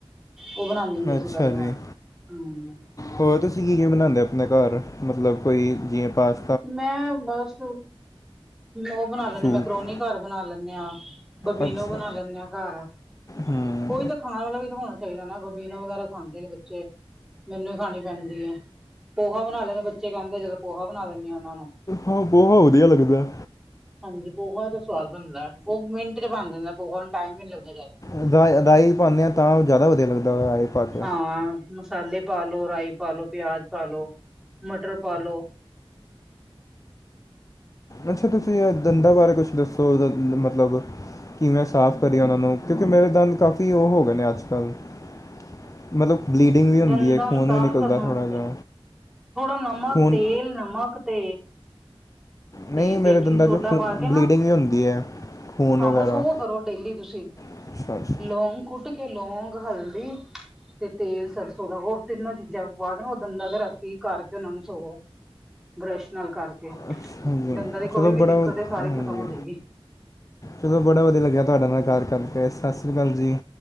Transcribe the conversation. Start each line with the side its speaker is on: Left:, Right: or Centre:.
Centre: ਓ ਬਣਾਦੀ ਹੁੰਦੀ ਸੀ
Left: ਅੱਛਾ
Centre: ਪਹਿਲਾਂ
Left: ਜੀ।
Centre: ਮੈਂ ਹੂੰ,
Left: ਹੋਰ ਤੁਸੀਂ ਕੀ-ਕੀ ਬਣਾਦੇ ਓ ਆਪਣੇ ਘਰ ਮਤਲਬ ਕੋਈ ਜਿਵੇਂ ਪਾਸ
Centre: ਮੈਂ ਬਸ ਓ ਬਣਾ ਲੈ
Left: ਸੂਪ
Centre: ਮੈਂ ਕਰੋਨੀ ਘਰ ਬਨਾ ਲੈਨੇ ਆ, ਬਬੀਨੋ
Left: ਅੱਛਾ
Centre: ਬਣਾ ਲੈਂਨੇ ਆ ਘਰ।
Left: ਹੂੰ
Centre: ਓਈ ਵੀ ਤਾਂ ਖਾਨ ਵਾਲਾ ਵੀ ਤਾਂ ਹੋਣਾ ਚਾਈਦਾ ਨਾ ਬਬੀਨਾ ਵਗੈਰਾ ਖਾਂਦੇ ਨੇ ਬੱਚੇ। ਮੈਨੂੰ ਹੀ ਖਾਣੀ ਪੈਂਦੀ ਐ। ਪੋਹਾ ਬਨਾ ਲੈਂਨੇ ਬੱਚੇ ਕਹਿੰਦੇ ਜਦੋਂ ਪੋਹਾ ਬਨਾ ਦਿੰਦੇ ਆ ਉਹਨਾਂ ਨੂੰ
Left: ਹਾਂ, ਬਹੁਤ ਵਧੀਆ ਲੱਗਦਾ।
Centre: ਹਾਂਜੀ ਪੋਹਾ ਦਾ ਸਵਾਦ ਬਣਦਾ ਉਹ ਮਿੰਟ ਤੇ ਬਣ ਜਾਂਦਾ ਪੋਹਾ ਨੂੰ ਟਾਈਮ ਈ ਨੀ ਲੱਗਦਾ ਜ਼ਿਆਦਾ।
Left: ਅਦਾ ਅਦਾਈ ਪਾਉਂਦੇ ਆ ਤਾਂ ਜ਼ਿਆਦਾ ਵਧੀਆ ਲੱਗਦਾ ਪਾ ਕੇ
Centre: ਹਾਂ ਮਸਾਲੇ ਪਾ ਲ ਲੋ, ਰਾਈ ਪਾ, ਲੋ ਪਿਆਜ਼ ਪਾ ਲੋ, ਮਟਰ ਪਾ ਲੋ।
Left: ਅੱਛਾ ਤੁਸੀਂ ਇਹ ਦੰਦਾਂ ਬਾਰੇ ਕੁਛ ਦੱਸੋ ਉਹਦਾ ਮਤਲਬ ਕਿਵੇਂ ਸਾਫ਼ ਕਰੀ ਉਹਨਾਂ ਨੂੰ, ਕਿਉਂਕਿ ਮੇਰੇ ਦਨ ਕਾਫੀ ਉਹ ਹੋ ਗਏ ਨੇ ਅੱਜ ਕੱਲ੍ਹ ਮਤਲਬ ਬਲੀਡਿੰਗ ਵੀ ਹੁੰਦੀ
Centre: ਦੰਦਾਂ
Left: ਐ, ਖੂਨ
Centre: ਨੂੰ ਸਾਫ਼
Left: ਵੀ ਨਿਕਲਦਾ
Centre: ਕਰਨ
Left: ਥੋੜ੍ਹਾ
Centre: ਵਾਸਤੇ
Left: ਜਿਹਾ
Centre: ਥੋੜਾ ਨਮਕ,
Left: ਖੂਨ
Centre: ਤੇਲ, ਨਮਕ ਤੇ
Left: ਨਹੀਂ
Centre: ਤੇ
Left: ਮੇਰੇ
Centre: ਬੇਕਿੰਗ
Left: ਦੰਦਾਂ
Centre: ਸੋਡਾ
Left: 'ਚੋਂ ਖੂਨ
Centre: ਪਾ ਕੇ ਨਾਂ
Left: ਬਲੀਡਿੰਗ ਵੀ ਹੁੰਦੀ ਹੈ ਖੂਨ
Centre: ਹਾਂ
Left: ਵਗੈਰਾ
Centre: ਬਸ ਉਹ ਕਰੋ ਡੇਲੀ ਤੁਸੀਂ,
Left: ਅੱਛਾ ਅੱਛਾ
Centre: ਲੋਂਗ ਕੁਟ ਕੁੱਟ ਕੇ ਲੋਂਂਗ ਹਲਦੀ ਤੇ ਤੇਲ ਸਰਸੋਂ ਦਾ ਉਹ ਤਿੰਨੋਂ ਚੀਜ਼ਾਂ ਪਾ ਦੇ ਉਹ ਦੰਦਾ ਤੇ ਰਾਤੀਂ ਕਰਕੇ ਉਹਨਾਂ ਨੂੰ ਸੋਵੋ। ਬਰੱਸ਼ ਨਾਲ ਕਰਕੇ,
Left: ਅੱਛਾ ਜੀ
Centre: ਦੰਦਾਂ ਦੀ ਕੋਈ
Left: ਚਲੋ
Centre: ਵੀ
Left: ਬੜਾ
Centre: ਦਿੱਕਤ
Left: ਵ
Centre: ਐ ਸਾਰੀ
Left: ਹਾਂਜੀ
Centre: ਖਤਮ ਹੋ ਜਾਏਗੀ।
Left: ਚਲੋ ਬੜਾ ਵਧੀਆ ਲੱਗਿਆ ਤੁਹਾਡੇ ਨਾਲ ਗੱਲ ਕਰਕੇ। ਸਤਿ ਸ਼੍ਰੀ ਅਕਾਲ ਜੀ।